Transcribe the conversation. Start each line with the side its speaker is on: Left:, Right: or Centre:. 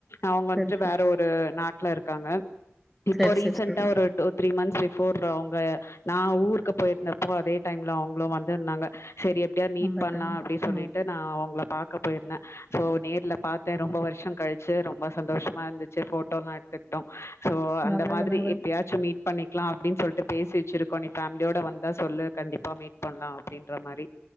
Left: அவங்க வந்துட்டு
Centre: சரி சரி
Left: வேற ஒரு நாட் ட்ல இருக்காங்க இப்போ
Centre: சரி
Left: ரீசெண்ட்டா
Centre: சரி சரி
Left: ஒரு டூ த்ரீ மந்த் பிஃபோர் அவுங்க நா ஊருக்கு போயிருந்தப்போ அதே டைம்ல அவுங்களூ வந்துருந்தாங்க செரி எப்படியாத் மீட்
Centre: அந்த
Left: பணலா
Centre: டைம்
Left: அப்டி சொல்லிட்டு
Centre: ம்
Left: நா உங்கள பாக்க போயிருந்தே சோ நேர்ல பாத்தே ரொம்ப வருஷோ கழிச்சு ரொம்ப சந்தோஷமா இருந்துச்சு ஃபோட்டோலா எடுத்துக்ட்டோ சோ அந்த
Centre: நல்லது
Left: மாரி
Centre: நல்லது
Left: எப்பயாச்சு மீட் பண்ணிக்லா அப்டின்னு சொல்லிட்டு பேசி வெச்சிருக்கோ நீ ஃபேமிலியோட வந்தா சொல்லு கண்டிப்பா மீட் பண்லா அப்டின் ன்ற மாரி